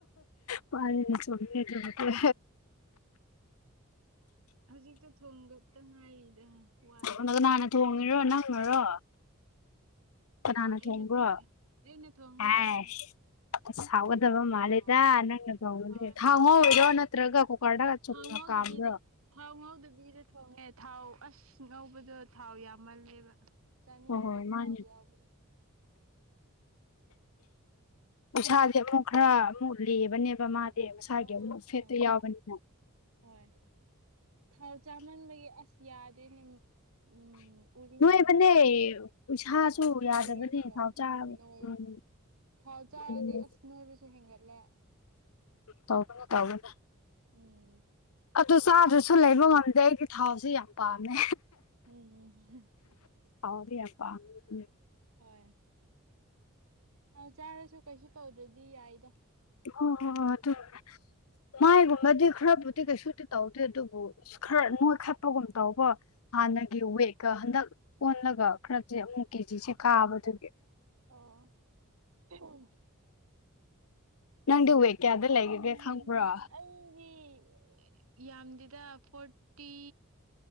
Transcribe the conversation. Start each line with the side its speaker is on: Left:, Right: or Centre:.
Left: ꯍ‌ꯣꯏ ꯃꯥꯟꯅꯤꯅ‌ꯦ ꯆꯨꯝꯕꯅ‌ꯦ ꯑꯗꯨꯕꯨꯗꯤ
Right: ꯍꯧꯖꯤꯛꯇ ꯊꯣꯡꯒꯇ ꯉꯥꯏꯔꯤꯗ ꯋꯥꯠꯂꯤ
Left: ꯀꯅꯥꯅ
Right: ꯈ‌ꯣꯏꯗꯤ
Left: ꯊꯣꯡꯉꯤꯔꯣ
Right: ꯆꯥꯅ
Left: ꯅꯪꯅꯔꯣ ꯀꯅꯥꯅ
Right: ꯑꯩꯅ
Left: ꯊꯣꯡꯕ꯭ꯔꯣ
Right: ꯊꯣꯡꯉꯦ ꯑꯩꯅ ꯊꯣꯡꯉꯦ
Left: ꯑꯦꯁ ꯑꯁ ꯍꯥꯎꯒꯗꯕ ꯃꯥꯜꯂꯦꯗ
Right: ꯑꯥ
Left: ꯅꯪꯅ ꯊ‌ꯣꯡꯕꯗꯤ
Right: ꯍꯣꯏ
Left: ꯊꯥꯎ
Right: ꯍꯥꯎꯔꯅꯤ
Left: ꯉꯧꯋꯤꯔ‌ꯣ ꯅꯠꯇ꯭ꯔꯒ ꯀꯨꯀꯔ ꯗ ꯆꯨꯝꯅ
Right: ꯊꯥꯎ ꯉꯧꯗꯕꯤꯗ
Left: ꯀꯥꯝꯕ꯭ꯔ‌ꯣ
Right: ꯊꯥꯎ ꯉꯧꯗꯕꯤꯗ ꯊꯣꯡꯉꯦ ꯊꯥꯎ ꯑꯁ ꯉꯧꯕꯗꯣ ꯊꯥꯎ ꯌꯥꯝꯃꯜꯂꯦꯕ ꯆꯥꯅꯤꯡꯗ‌ꯦ
Left: ꯍꯣꯏ ꯍꯣꯏ ꯃꯥꯅꯦ
Right: ꯊꯥꯎ ꯌꯥꯎꯕꯗ‌ꯣ
Left: ꯎꯁꯥꯁ‌ꯦ ꯑꯃꯨꯛ ꯈꯔ ꯑꯃꯨꯛ ꯂꯤꯕꯅꯦꯕ ꯃꯥꯗꯤ ꯃꯁꯥꯒꯤ
Right: ꯑꯣ
Left: ꯑꯃꯨꯛ ꯐꯦꯠꯇꯨ
Right: ꯑꯣ
Left: ꯌꯥꯎꯕꯅꯤꯅ
Right: ꯍꯣꯏ ꯊꯥꯎ ꯆꯥꯃꯟꯕꯒꯤ ꯑꯁ ꯌꯥꯗ꯭ꯔ‌ꯦꯅ‌ꯦ ꯎꯝ ꯎꯔꯤꯜ
Left: ꯅꯣꯏꯕꯅꯦ
Right: ꯉꯛꯇ
Left: ꯎꯁꯥꯁꯨ
Right: ꯑꯥꯎ
Left: ꯌꯥꯗꯕꯅꯦ
Right: ꯎꯔꯤꯡꯒ
Left: ꯊꯥꯎ ꯆꯥꯔꯒ
Right: ꯅ‌ꯣꯏ
Left: ꯎꯝ
Right: ꯊꯥꯎ ꯆꯥꯔꯗꯤ
Left: ꯎꯝ
Right: ꯑꯁ ꯅꯣꯏꯕꯁꯨ ꯍꯦꯟꯒꯠꯂꯦ
Left: ꯇꯧꯕꯅ‌ꯦ ꯇꯧꯕꯅ‌ꯦ
Right: ꯎꯝ
Left: ꯑꯗꯨ ꯆꯥꯗ꯭ꯔꯁꯨ ꯂꯩꯕ ꯉꯝꯗꯦ ꯑꯩꯒꯤ ꯊꯥꯎꯁꯦ ꯌꯥꯝ ꯄꯥꯝꯃꯦ
Right: ꯎꯝ <unintelligible>
Left: ꯊꯥꯎꯗꯤ ꯌꯥꯝ ꯄꯥꯝꯃ‌ꯦ <unintelligible>
Right: ꯍꯣꯏ ꯊꯥꯎ ꯆꯥꯔꯁꯨ ꯀꯩꯁꯨ ꯇꯧꯗ꯭ꯔꯗꯤ ꯌꯥꯏꯗ
Left: ꯑꯣ ꯍꯣ ꯑꯗꯨꯕꯨꯗꯤ ꯃꯥꯏꯒꯨꯝꯕꯗꯤ ꯈꯔꯕꯨꯗꯤ ꯀꯩꯁꯨꯗꯤ ꯇꯧꯗꯔ‌ꯦ ꯑꯗꯨꯕꯨ ꯈꯔ ꯅꯣꯏ ꯈꯠꯄꯒꯨꯝ ꯇꯧꯕ ꯍꯥꯟꯅꯒꯤ ꯋꯦꯠꯀ ꯍꯟꯗꯛ ꯑꯣꯜꯂꯒ ꯈꯔꯁꯦ ꯑꯃꯨꯛ ꯀꯦꯖꯤꯁꯦ ꯀꯥꯕ ꯗꯨꯒꯤ
Right: ꯑꯣ
Left: ꯅꯪꯗꯤ ꯋꯦꯠ ꯀꯌꯥꯗ ꯂꯩꯒꯒꯦ
Right: ꯎꯝ
Left: ꯈꯪꯕ꯭ꯔꯣ
Right: ꯑꯩꯗꯤ ꯌꯥꯝꯗꯦꯗ ꯐꯣꯔꯇꯤ